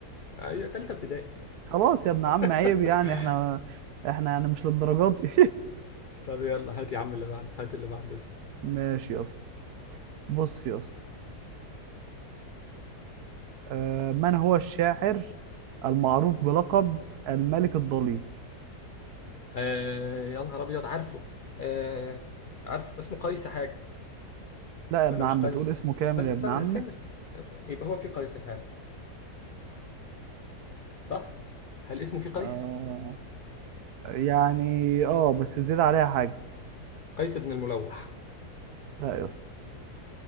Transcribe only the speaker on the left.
ايوه ثالثه ابتدائي
<laughs>
طب يلا هات يا عم اللي بعده هات اللي بعده اسال
آه يا نهار ابيض عارفه آه عارف اسمه قيس حاجه
ولا
مش قيس
بس
استنى
استنى, استنى. يبقى هو في قيس فعلا صح هل اسمه في قيس
قيس بن الملوح